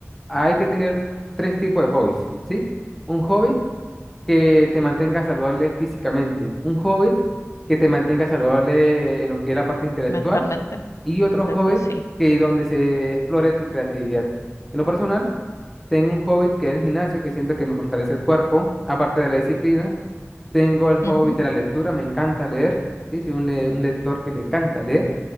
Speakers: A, in the centre; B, on the left (about 75°).
A: hay que tener tres tipos de hobbies, ¿sí? Un hobby que te mantenga saludable físicamente, un hobby que te mantenga saludable en lo que es la parte intelectual
B: mentalmente.
A: y otro
B: Intento,
A: hobby
B: sí.
A: que donde se explore tu creatividad. En lo personal, tengo un hobby que es el gimnasio, que siento que me fortalece el cuerpo, aparte de la disciplina. Tengo el hobby
B: Ujú.
A: de la lectura, me encanta leer. Sí, soy un, le- un lector que le encanta leer.